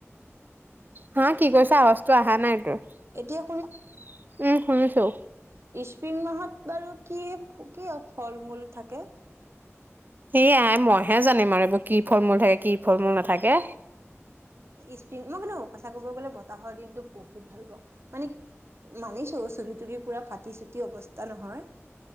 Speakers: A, on the right; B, on the right.
A: হা', কি কৈছা আৱাজটো অহা নাই তোৰ উম',
B: এতিয়া
A: শুনিছো
B: স্পিং মাহত বাৰু কি- কি ফল মূল থাকে?
A: এ', আই মইহে জানিম আৰু এইবোৰ কি ফল মূল থাকে কি ফল মূল নাথাকে।
B: স্পিং মই কো সঁচা কব গলে বতাহৰ দিনটো বহুত ভাল পাওঁ মানে মানিছো চুলি তুলি পুৰা ফাটি চুটি অৱস্থা নহয়।